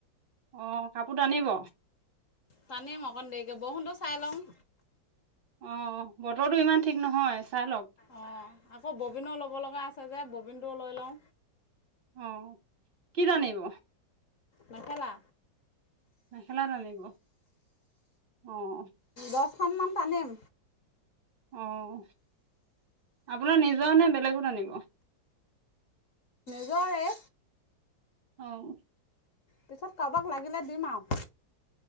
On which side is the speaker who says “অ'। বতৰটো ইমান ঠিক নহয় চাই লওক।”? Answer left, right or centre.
Right